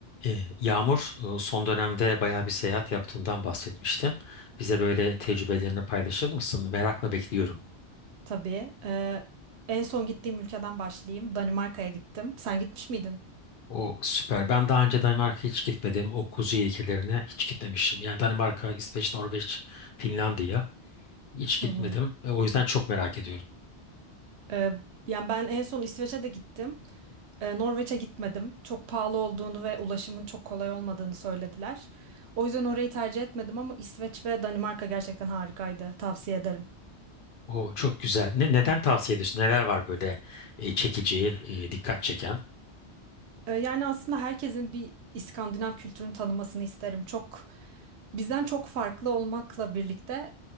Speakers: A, on the left; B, on the right.
A: Ee, Yağmur, e, son dönemde bayağı bir seyahat yaptığından bahsetmiştin. Bize böyle tecrübelerini paylaşır mısın? Merakla bekliyorum.
B: Tabii. Ee, en son gittiğim ülkeden başlayayım. Danimarka'ya gittim. Sen gitmiş miydin?
A: O süper. Ben daha önce Danimarka'ya hiç gitmedim. O kuzey ülkelerine hiç gitmemişim. Yani Danimarka, İsveç, Norveç, Finlandiya hiç
B: Hı
A: gitmedim.
B: hı.
A: E, O yüzden çok merak ediyorum.
B: Ee, yani ben en son İsveç'e de gittim. Ee, Norveç'e gitmedim. Çok pahalı olduğunu ve ulaşımın çok kolay olmadığını söylediler. O yüzden orayı tercih etmedim ama İsveç ve Danimarka gerçekten harikaydı. Tavsiye ederim.
A: O çok güzel. Ne, neden tavsiye ediyorsun? Neler var böyle e, çekici, e, dikkat çeken?
B: Ee, yani aslında herkesin bir İskandinav kültürünü tanımasını isterim. Çok bizden çok farklı olmakla birlikte